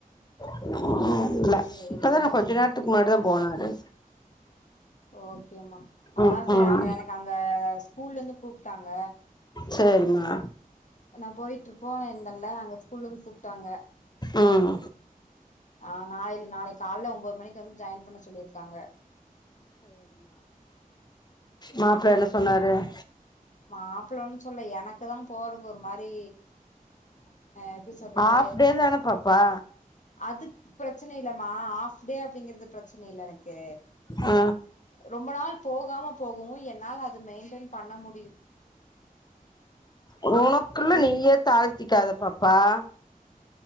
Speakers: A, on the left; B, on the left.
A: <inaudible> ஆ இல்ல
B: சேரிம்மா
A: இப்பதான கொஞ்ச நேரத்துக்கு முன்னாடி தான் போனாரு
B: ஓகேம்மா
A: ம்
B: அதான் சேரி
A: ம்
B: அங்க எனக்கு அங்க ஸ்கூல்ல இருந்து கூப்பிட்டாங்க
A: சேரிமா
B: நா போயிட்டு இருப்போன் இந்தன்ல அங்க ஸ்கூல்ல இருந்து கூப்பிட்டாங்க
A: ம்
B: ஆஹ் நாளை நாளை காலல ஒன்பது மணிக்கு வந்து ஜாயின் பண்ண சொல்லியிருக்காங்க
A: மாப்பிள்ள என்ன சொன்னாரு <inaudible>
B: மாப்பிளம்ன்னனு சொல்ல எனக்கு தா போறக்கு ஒரு மாதிரி எப்படி சொல்றது
A: ஆஃப் டே தான பாப்பா
B: அதுக்கு பிரச்சனை இல்ல மா ஹாஃப் டே அப்படிங்கிறது பிரச்சனை இல் எனக்கு
A: ஆ
B: ரொம்ப நாள் போகாம போகும் என்னால் அது மெயின்டென் பண்ண மு
A: உனக்குள்ள
B: அப்டின்
A: நீயே தாழ்த்திக்காத பாப்பா <inaudible>